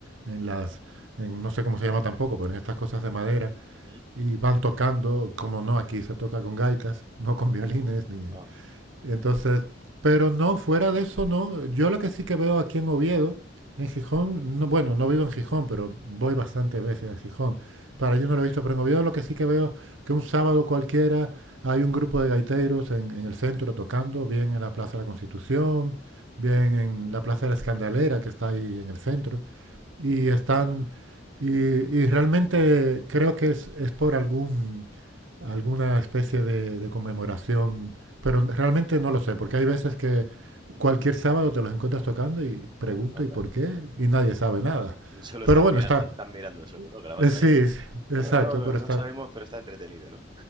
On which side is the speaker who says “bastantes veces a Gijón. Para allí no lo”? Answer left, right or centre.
Right